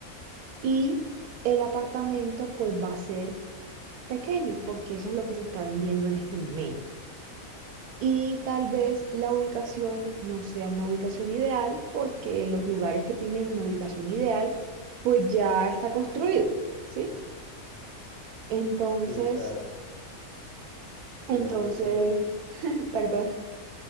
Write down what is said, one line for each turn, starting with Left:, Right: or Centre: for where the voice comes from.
Right: y el apartamento pues va a ser pequeño porque eso es lo que se está vendiendo en este momento. Y tal vez la ubicación no sea una ubicación ideal porque los lugares que tienen una ubicación ideal pues ya está construido, ¿sí? Entonces,
Left: Sí, claro,
Right: entonces,
Left: ya lo como los
Right: <laughs> perdón,